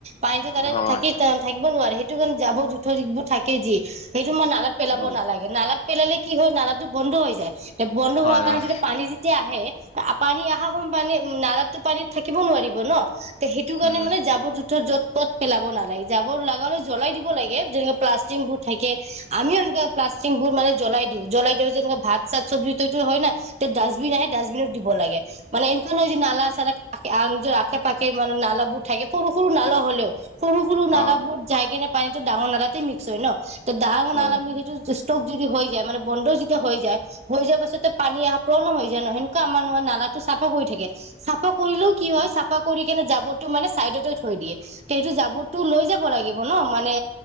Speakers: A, on the right (about 35°); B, on the left (about 35°).
A: পানীটো তাৰে
B: হয়
A: থাকি থাকিব নোৱাৰে সেইটো কাৰণে জাবৰ জো টোৰ এইবোৰ থাকে যিয়ে এ ই নালাত পেলাব
B: অ'
A: নালাগে নালাত পেলালে কি হয়, নালাটো বন্ধ হৈ যায় তে বন্ধ
B: হয়
A: হোৱাৰ কাৰণে
B: হয়
A: যেতিয়া পানী যেতিয়া আহে পানী আহা সম পানী নালাতো পানীত থাকিব নোৱাৰিব ন। তে সেইটো কাৰণে
B: উম
A: মানে জাবৰ জোথৰ য'ত পত পেলাব নালাগে, জাবৰ লগালে জ্বলাই দিব লাগে যেনে প্লাষ্টিক বোৰ থাকে আমিও এনে প্লাষ্টিক বোৰ মানে জ্বলাই দিওঁ, জ্বলাই দিও যেনেকে ভাত চাত চবজিটো হয় না তে ডাষ্টবিন আহে ডাষ্টবিনত দিব লাগে, মানে এনেকোৱা নহয় যে নালা চালা নিজৰ আশে পাশে মানে নালাবোৰ থাকে সৰু সৰু নালা হলেও সৰু সৰু নালা
B: অ'
A: বোৰ যায়গে নে পানীটো ডাঙৰ নালাতেই মিক্স হয় ন, ডাঙৰ
B: হয়
A: নাল আমি সেইটো ষ্টক যদি হৈ যায় মানে বন্ধ যেতিয়া হৈ যায়, হৈ যোৱাৰ পাছত পানী অহা পৰণো হৈ যায়, ন আমাৰ নালাটো চাফা কৰি থাকে, চাফা কৰিলেও কি হয়, চাফা কৰি কেনে জাবৰটো মানে চাইডতে থৈ দিয়ে, তেটো জাবৰটো লৈ যাব লাগিব ন মানে